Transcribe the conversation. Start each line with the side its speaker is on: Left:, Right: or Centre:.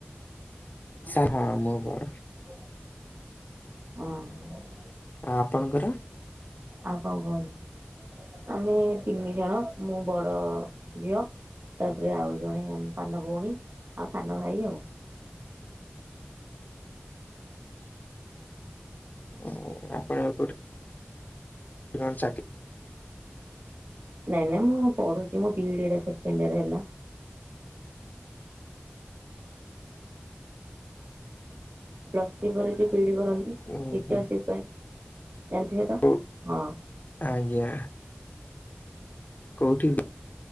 Left: ସା ହଁ ମୁଁ ବ
Right: ଅହଁ।
Left: ଆ ଆପଣଙ୍କର?
Right: ଆଉ କଣ କୁହନି ଆମେ ତିନି ଜଣ ମୁଁ ବଡ଼ ଝିଅ। ତାପରେ ଆଉ ଜଣେ ସାନ ଭୋଉଣୀ ଆଉ ସାନ ଭାଇ ଆଉ।
Left: ଉଁ ଆପଣ ଏବେ କୋଉଠି ଜନ୍ ଚାକି
Right: ନାଇଁ ନାଇଁ ମୁଁ ପଢ଼ୁଚି ମୋ ବି ଡି଼ ଏଟା ସେକେଣ୍ଡ୍ ଇଅର୍ ହେଲା। ପ୍ଲସ୍ ଥ୍ରି ପରେ ଯୋଉ ବି ଡ଼ି କରନ୍ତି
Left: ଉଁ
Right: ଟିଚରସିପ୍
Left: ହୁଁ
Right: ପାଇଁ ଜାଣିଥିବେ ତ
Left: କୋ
Right: ହଁ।
Left: ଆଜ୍ଞା। କୋଉଠି